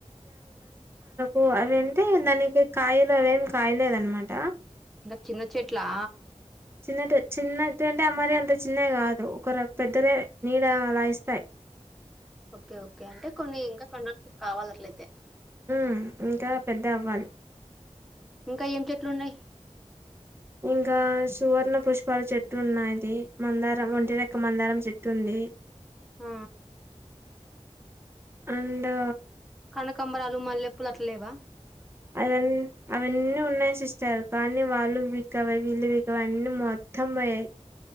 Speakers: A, on the right (about 20°); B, in the centre.
A: ఓ అది అంటే దానికి కాయలు అవేమి కాయలేదు అన్నమాట
B: ఇంగా చిన్న చెట్లా
A: చిన్నటి చిన్నటి అంటే ఆ మరి అంత చిన్నవి గాదు ఒక రవ పెద్దదే నీడ అలా ఇస్తాయి
B: ఓకే ఓకే అంటే కొన్ని ఇంకా కొన్ని రోజులు కావాలి అట్లయితే
A: మ్ ఇంకా పెద్ద అవ్వాలి
B: ఇంకా ఏం చెట్లు ఉన్నాయి
A: ఇంకా సువర్ణ పుష్పాలు చెట్టు ఉన్నాది మందారం ఒంటి రెక్క మందారం చెట్టు ఉంది మ్
B: ఆ
A: అండ్
B: కనకాంబరాలు మల్లెపూలు అట్లలేవా
A: అవన్ అవన్నీ ఉన్నాయి సిస్టర్ కానీ వాళ్ళు వీకపోయ్ వీళ్ళు బీకపోయ్ అన్ని మొత్తం బోయ్యాయి